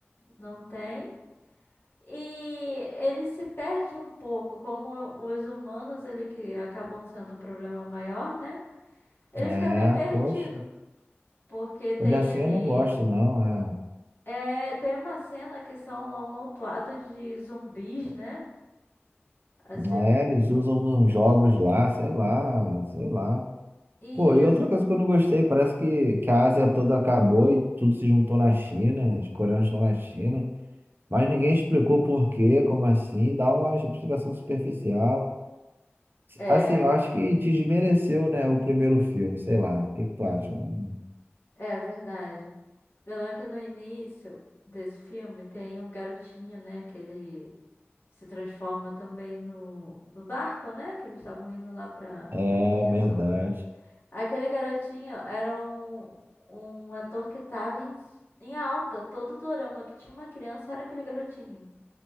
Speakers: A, on the left; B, on the right.
A: não tem. E ele se perde um pouco, como os humanos, ele que acabam sendo o problema maior, né? Ele
B: É,
A: fica meio perdido,
B: poxa.
A: porque tem
B: Quando é assim
A: ele.
B: eu não gosto, não.
A: É, tem uma cena que são amontoados de zumbis, né? Assim,
B: É,
A: um-
B: é, eles usam nos jogos lá, sei lá, sei lá.
A: isso.
B: Pô, e outra coisa que eu não gostei, parece que, que a Ásia toda acabou e tudo se juntou na China, os coreanos estão na China, mas ninguém explicou por quê, como assim, dá uma explicação superficial.
A: É,
B: Assim, eu acho que desmereceu, né, o primeiro filme, sei lá, o que que tu acha? Hum,
A: é verdade. Eu lembro que no início desse filme tem um garotinho, né? Que ele se transforma também no, no barco, né? Que eles estavam indo lá pra,
B: É
A: pra península.
B: verdade.
A: Aquele garotinho era um, um ator que tava em, em alta. Todo dorama que tinha uma criança era aquele garotinho.